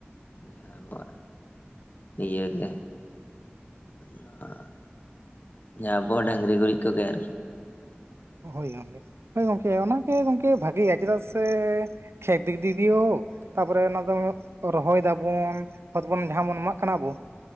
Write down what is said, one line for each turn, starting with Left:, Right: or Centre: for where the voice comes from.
Left: ᱡᱟᱦᱟᱸ ᱟᱵᱚᱣᱟᱜ, ᱤᱭᱟᱹᱜᱮ ᱱᱚᱣᱟ᱾ ᱡᱟᱦᱟᱸ ᱟᱵᱚᱣᱟᱜ ᱰᱟᱝᱨᱤ ᱜᱩᱨᱤᱜ ᱠᱚᱜᱮ ᱟᱨᱠᱤ,
Right: ᱦᱳᱭ ᱜᱚᱝᱠᱮ ᱦᱳᱭ ᱜᱚᱝᱠᱮ ᱚᱱᱟᱜᱮ ᱜᱚᱝᱠᱮ ᱵᱷᱟᱜᱮᱭᱟ ᱪᱮᱫᱟᱜ ᱥᱮ ᱠᱷᱮᱛ ᱫᱤ ᱫᱤ ᱫᱤᱭᱚ ᱛᱟᱨᱯᱚᱨᱮ ᱚᱱᱟ ᱫᱚ ᱨᱚᱦᱚᱭ ᱫᱟᱵᱚᱱ ᱠᱷᱚᱛ ᱵᱚᱱ ᱡᱟᱦᱟᱸ ᱵᱚᱱ ᱮᱢᱟᱜ ᱠᱟᱱᱟ ᱵᱚ